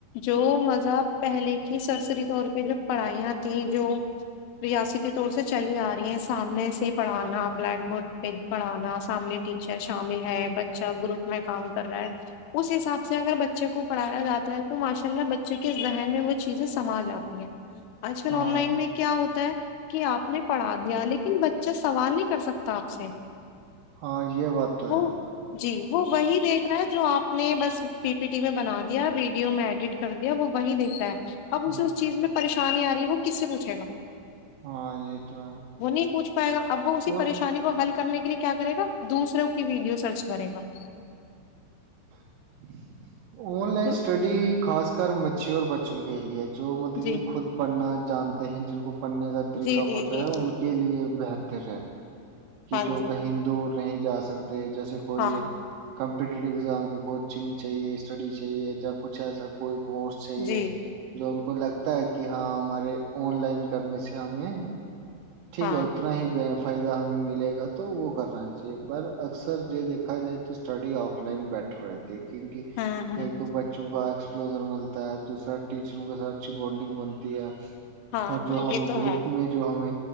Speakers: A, on the left (about 85°); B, on the right (about 80°).
A: جو مذہب پہلے کی سرسری طور پہ جو پڑھائیاں تھیں جو ریاستی طور سے چلی آ رہی ہیں سامنے سے پڑھانا بلیک بورڈ پہ پڑھانا سامنے ٹیچر شامل <unintelligible> ہے بچہ گروپ میں کام کر رہا ہے اس حساب سے اگر بچے کو پڑھایا جاتا ہے تو ماشاء اللہ بچے کے ذہن میں وہ چیزیں سما جاتی ہیں آج کل
B: ہاں
A: آن لائن میں کیا ہوتا ہے کہ آپ نے پڑھا دیا لیکن بچہ سوال نہیں کر سکتا آپ سے <unintelligible>
B: ہاں یہ بات تو
A: وہ
B: ہے
A: جی وہ وہی دیکھ رہا ہے جو آپ نے بس پی پی ٹی میں بنا دیا ویڈیو میں ایڈٹ کر دیا وہ وہی دیکھ رہا ہے <unintelligible> اب اسے
B: ہ
A: اس چیز میں پریش کانی آ رہی ہے وہ کس سے پوچے گا <unintelligible>
B: ہاں یہ تو ہے
A: وہ نہیں پوچھ پائے گا اب وہ اسی
B: اور
A: پریشانی کو ہل <unintelligible> کرنے کے لیے کیا کرے گا دوسروں کی ویڈیو سر <unintelligible> ک کرے گا <unintelligible>
B: ہ <inaudible> <unintelligible> آن لائن
A: تو
B: اسٹڈی خاص <unintelligible> کر مچور بچوں کے لیے <unintelligible> جو مطلب کی
A: جی
B: خود پڑھنا <unintelligible> جانتے ہیں جن کو <unintelligible> پڑنے کا طریقہ
A: جی جی
B: پتا
A: جی
B: ہے
A: جی
B: ان
A: جی
B: کے
A: جی
B: لیے بہتر ہے <unintelligible> کہ
A: ہاں
B: جو
A: جی
B: کہی دور رہ <unintelligible> نہیں جا ستا <unintelligible> <unintelligible> جیسے کوئی
A: ہاں
B: کمپٹیٹیو ایگزام کی کوچنگ چاہیے اس <unintelligible> اسڈی چاہیے یا کچھ ایسا کوئی <unintelligible> کس چاہیے
A: جی
B: جو <unintelligible> کو لگتا ہے کہ ہاں ہمارے آن لائن کرنے سے ہمیں <unintelligible> ٹھیک
A: ہاں
B: ہے اتنا ہی ب <unintelligible> فائدہ ہمیں مل <unintelligible> لے گا تو وہ کرنا چاہیے پر اکثر یہ دیکھا جائے تو اسٹڈی آف لائن بیٹر رہتی <unintelligible> کیونکہ
A: ہاں ہاں
B: ایک تو بچوں کا <unintelligible> فلوزر ملتا ہے دوسرا ٹیچروں کے ساتھ اچھی بانڈنگ بنتی ہے
A: ہاں
B: اور
A: ہاں
B: جو
A: یہ
B: ہم
A: تو
B: گروپ
A: ہے
B: میں جو ہمیں